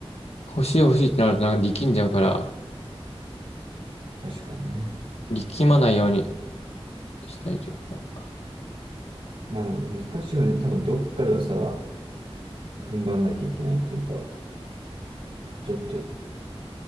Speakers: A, on the left (about 80°); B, on the right (about 75°).
A: 欲しい欲しいってなるとなんか力んじゃうから、
B: 確かにね。
A: 力まないようにしたいというか。
B: まあ、難しいよね。多分どっかではさ、踏ん張んなきゃいけないっていうか、ちょっと